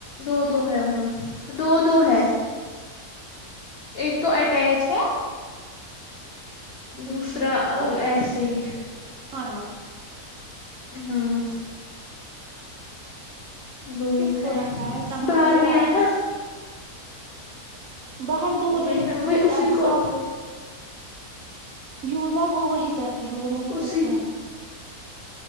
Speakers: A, on the left; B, on the right.
A: دو دو ہے وہ ہاں دو دو ہے ایک تو اٹیچ ہے
B: اچھا
A: دوسرا
B: ٹھیک اور
A: ایسے ہی
B: نارمل
A: ہاں وہ
B: کس
A: ہے
B: کو رکھا ہے تمن
A: باہر
B: کو یا
A: بھی ہےئے
B: آپ کو
A: نا
B: باہر دور ہے
A: ب
B: نا اس لیے
A: وہ اسی
B: اب
A: کو
B: آپ یوز آپ وہی کرتے ہو وہ مجھے
A: اسی
B: پت ہے